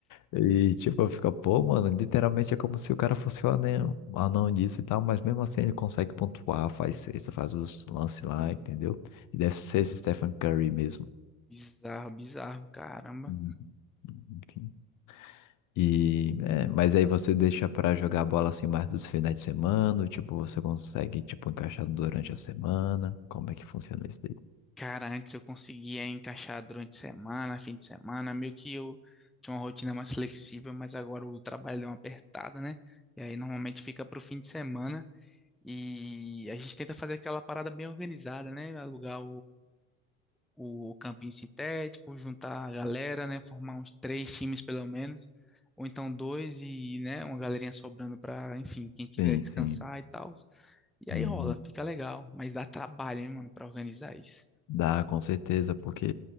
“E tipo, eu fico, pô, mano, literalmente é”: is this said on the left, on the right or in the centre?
Left